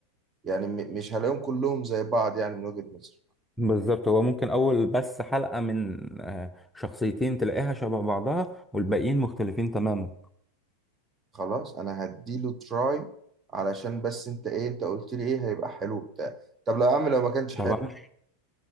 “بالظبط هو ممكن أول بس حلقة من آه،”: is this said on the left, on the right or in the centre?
Centre